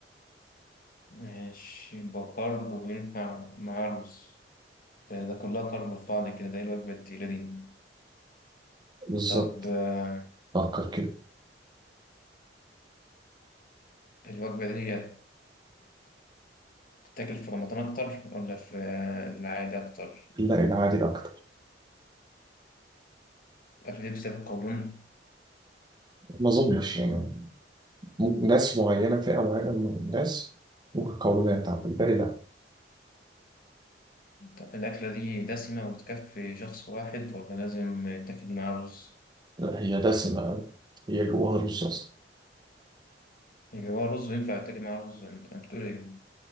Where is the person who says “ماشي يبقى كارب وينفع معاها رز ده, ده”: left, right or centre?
Left